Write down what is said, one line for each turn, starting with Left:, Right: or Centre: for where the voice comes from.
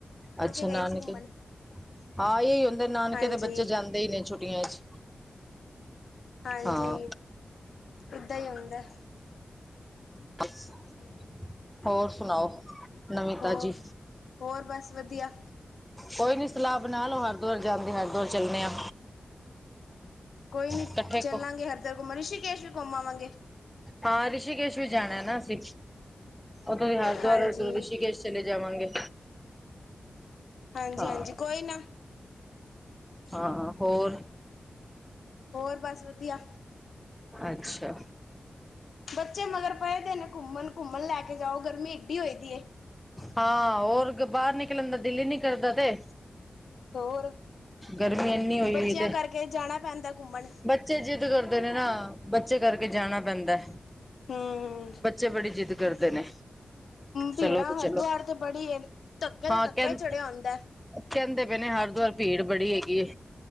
Centre: ਅੱਛਾ
Left: ਗਏ
Centre: ਨਾਨਕੇ
Left: ਸੀ ਘੁੰਮਣ
Centre: ਹਾਂ ਇਹੀ ਹੁੰਦੇ ਨਾਨਕੇ
Left: ਹਾਂਜੀ
Centre: ਤੇ ਬੱਚੇ ਜਾਂਦੇ ਹੀ ਨੇ ਛੋਟ। ਛੁਟੀਆਂ ਚ।
Left: ਹਾਂਜੀ
Centre: ਹਾਂ
Left: ਇੱਦਾਂ ਹੀ ਹੁੰਦਾ।
Centre: <unintelligible>
Left: ਹੂੰ।
Centre: ਹੋਰ ਸੁਣਾਓ ਨਵੀ ਤਾਜੀ।
Left: ਹੋਰ ਹੋਰ ਬਸ ਵਧੀਆ
Centre: ਕੋਈ ਨਹੀਂ ਸਲਾਹ ਬਣਾਲੋ, ਹਰਿਦੁਆਰ ਜਾਣ ਦੀ ਹਰੀਦੁਆਰ ਚੱਲਨੇ ਆ।
Left: ਕੋਈ ਨੀ
Centre: ਇਕੱਠੇ
Left: ਚੱਲਾਂਗੇ ਹਰਿਦੁਆਰ ਘੁੰਮਣ, ਰਿਸ਼ੀਕੇਸ਼ ਵੀ ਘੁੰਮ ਆਵਾਂਗੇ।
Centre: ਹਾ, ਰਿਸ਼ੀਕੇਸ਼ ਵੀ ਜਾਣਾ ਨਾ ਅਸੀਂ, ਉਦੋਂ ਵੀ ਹਰਿਦੁਆਰ
Left: ਹਾਂਜੀ
Centre: ਉਧਰੋ ਰਿਸ਼ੀਕੇਸ਼। ਚਲੇ ਜਾਵਾਂਗੇ।
Left: ਹਾਂਜੀ-ਹਾਂਜੀ,
Centre: ਹਾਂ
Left: ਕੋਈ ਨਾ।
Centre: ਹਾਂ- ਹਾਂ, ਹੋਰ
Left: ਹੋਰ ਬਸ, ਵਧੀਆ-
Centre: ਅੱਛਾ,
Left: ਬੱਚੇ ਮਗਰ ਪਏਦੇ ਨੇ ਘੁੰਮਣ, ਘੁੰਮਣ ਲੈ ਕੇ ਜਾਓ ਗਰਮੀ ਏਡੀ ਹੋਏ ਦੀ
Centre: ਹਾਂ ਹੋਰ ਬਾਹਰ ਨਿਕਲਣ ਦਾ ਦਿੱਲੀ ਨੀ ਕਰਦਾ ਤੇ
Left: ਹੋਰ
Centre: ਗਰਮੀ ਇੰਨੀ ਹੋਈ
Left: ਬੱਚਿਆਂ
Centre: ਹੋਈ ਤੇ
Left: ਕਰਕੇ ਜਾਣਾ ਪੈਂਦਾ ਘੁੰਮਣ
Centre: ਬੱਚੇ ਜਿੱਦ ਕਰਦੇ ਨੇ ਨਾ ਬੱਚੇ ਕਰਕੇ ਜਾਣਾ ਪੈਂਦਾ।
Left: ਹੂੰ
Centre: ਬੱਚੇ ਬੜੀ ਜਿੱਦ ਕਰਦੇ ਨੇ। ਚਲੋ
Left: ਭੀੜਾ
Centre: ਤੇ ਚਲੋ
Left: ਹਰਿਦੁਆਰ ਤੇ ਬੜੀ ਐ ਧੱਕੇ
Centre: ਹਾਂ
Left: ਤੇ ਧੱਕੇ
Centre: ਕਹਿੰ
Left: ਹੀ ਚੜਿਆ ਹੁੰਦਾ।
Centre: ਕਹਿੰਦੇ ਪਏ ਨੇ ਹਰਦੁਆਰ ਭੀੜ ਬੜੀ ਹੈਗੀ ਐ।